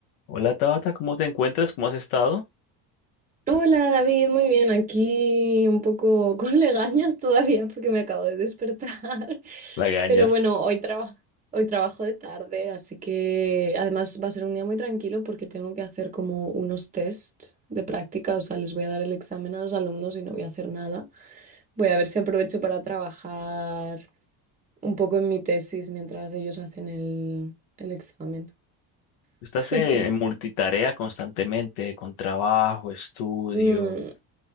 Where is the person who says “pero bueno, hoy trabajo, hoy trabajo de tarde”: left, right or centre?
Right